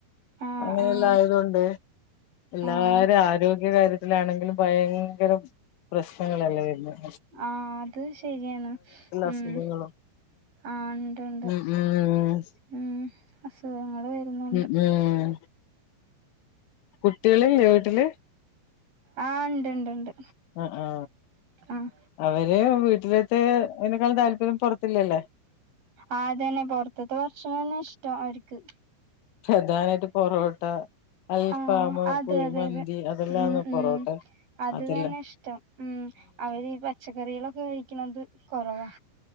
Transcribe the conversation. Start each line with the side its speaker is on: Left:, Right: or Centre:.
Right: ആഹ്
Left: അങ്ങനെയല്ലാം
Right: ആഹ്
Left: ആയതോണ്ട് എല്ലാരെ
Right: ആഹ്
Left: ആരോഗ്യ കാര്യത്തിലാണെങ്കിലും ഭയങ്കരം പ്രശ്നങ്ങളല്ല വര്ന്നേ..
Right: ആ അത് ശരിയാണ് ഉം.
Left: അസുഖങ്ങളും
Right: ആ ഉണ്ട് ഉണ്ട്
Left: ഉം ഉം
Right: ഉം അസുഖങ്ങൾ വരുന്നുണ്ട്.
Left: ഉം ഉം. കുട്ടികളുണ്ടോ വീട്ടില്?
Right: ആ ഉണ്ട് ഉണ്ട് ഉണ്ട്.
Left: ആ ആ
Right: ആഹ്
Left: അവര് വീട്ടിലത്തെ തിനെക്കാളും താല്പര്യം പുറത്തില്ലല്ലേ?
Right: ആതന്നെ പൊറത്തത്തെ ഭർഷണം തന്നെ ഇഷ്ടം അവർക്ക്.
Left: പ്രധാനയിട്ട് പൊറോട്ട. അൽഫാം
Right: ആ അതെ
Left: കുഴിമന്തി
Right: അതെ അതെ
Left: അതെല്ലാന്ന്
Right: ഉം ഉം
Left: പൊറോട്ട
Right: അത്
Left: അതെല്ലാം
Right: തന്നെ ഇഷ്ടം. ഉം അവര് പച്ചക്കറികളൊക്കെ കഴിക്കണത് കൊറവാ.